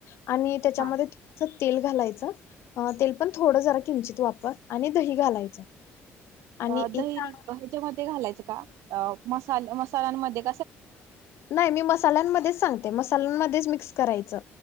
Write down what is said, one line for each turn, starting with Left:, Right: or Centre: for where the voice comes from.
Left: आणि त्याच्यामध्ये
Right: हा
Left: च तेल घालायचं अ.. तेल पण थोडं जरा किंचित वापर आणि दही घालायचं आणि
Right: अ..
Left: हे
Right: दही ह्याच्यामध्ये घालायचं का अ.. मसाले मसाल्यांमद्ये
Left: नाही मी मसाल्यांमध्येच सांग ते मसाल्यांमध्येच मिक्स करायचं.